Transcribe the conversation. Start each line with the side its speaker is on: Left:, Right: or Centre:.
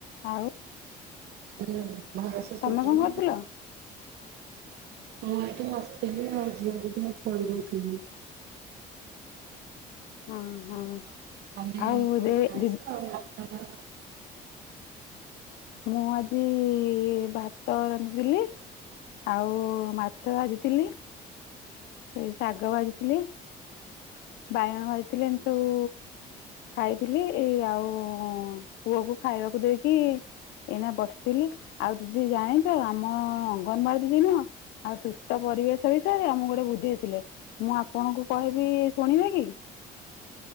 Left: ଆଉ
Right: <unintelligible>
Left: ତମେ କଣ କରୁଥିଲ?
Right: ମୁଁ ଏଠି ବସିଥିଲି ଆଉ ଝିଅ ହରିକା ସୋଇପଡିଛନ୍ତି।
Left: ହଁ ହଁ।
Right: ତମେ
Left: ଆଉ
Right: କଣ
Left: ଦେ ଦି
Right: ଖାଇଛ? <unintelligible>
Left: ମୁଁ ଆଜି ଭାତ <unintelligible> ଆଉ ମାଛ ଭାଜିଥିଲି ଏଇ ଶାଗ ଭାଜିଥିଲି ବାଇଗଣ ଭାଜିଥିଲି ଏମତି ସବୁ ଖାଇଥିଲି ଏଇ ଆଉ ପୁଅକୁ ଖାଇବାକୁ ଦେଇକି ଏଇନା ବସିଥିଲି ଆଉ ଦିଦି ଜାଣିଛ ଆମ ଅଙ୍ଗନବାଡି ଦିଦି ନୁହଁ ଆଉ ସୁସ୍ଥ ପରିବେଶ ବିଷୟରେ ଆମକୁ ଗୋଟେ ବୁ ବୁଝେଇଥିଲେ ମୁଁ ଆପଣଙ୍କୁ କହିବି ଶୁଣିବେ କି?